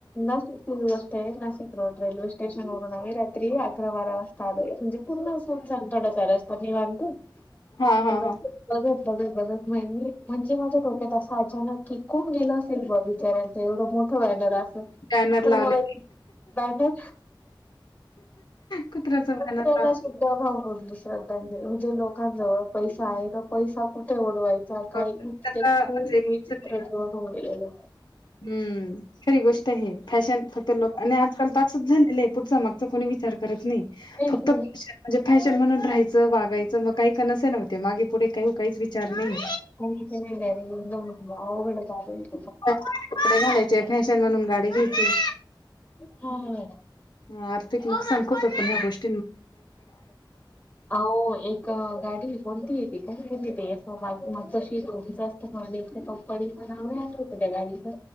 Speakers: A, on the left (about 20°); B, on the left (about 60°).
A: नाशिकचीच गोष्ट आहे. नाशिक रोड रेल्वे स्टेशन वरून आम्ही रात्री अकरा-बारा वाजता म्हणजे पुन्हाून सांग थोड. सरस्वती मानतो.
B: हा हा
A: बघ.
B: हा
A: बघत. बघत. बघत म मी म्हणजे माझ्या डोक्यात अस अचानक. कि कोण गेला असेल. ब विचाराल तर एवढं मोठं बॅनर आहे.
B: बॅनर
A: तर
B: लावले
A: मला. एक काय नाही.
B: कुत्र्याच बॅनर
A: कुत्र्याला
B: लावले
A: सुद्धा भाव पूर्ण श्रद्धांजली म्हणजे लोकांजवळ. पैसा आहे. तो पैसा कुठे उढवायचा काही
B: त्याचा
A: खूप.
B: म्हणजे
A: वीचित्र. रजवत होऊन गेलेलं.
B: हम्म खरी गोष्ट आहे फॅशन फक्त लोक आणि आजकाल तासच झालेलं आहे पुढच मग नाही
A: काहीच
B: फ
A: नाही
B: फॅशन म्हणून राहायचं वागायचं मग काही का नसे नव्हते मागे पुढे काही काहीच विचार नाही
A: का नाहीर इ बाबड का
B: कपडे घालायचे फॅशन म्हणून गाडी घ्यायची
A: हम
B: ह आर्थिक एक सांखत पण्या गोष्ट
A: अ एक गाडी कोणती य त ली ते मगशी तोचं असतं म्हणा एक पप्पडीचं नाव नाही आठवतं त्या गाडीचं